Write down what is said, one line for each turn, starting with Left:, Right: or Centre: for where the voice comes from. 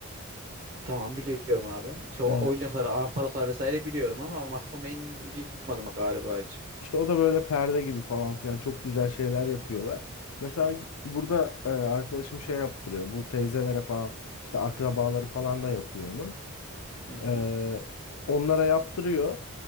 Right: tamam biliyorum abi. Şu
Left: Ee,
Right: oyuncakları, anahtarlıkları vesaire biliyorum ama mahrumeyin iyi duymadım galiba hiç.
Left: işte o da böyle perde gibi falan filan çok güzel şeyler yapıyorlar. Mesela burada e, arkadaşım şey yaptırıyor. Bu teyzelere falan işte akrabaları falan da yapıyor onun.
Right: Hı hı.
Left: Ee, onlara yaptırıyor.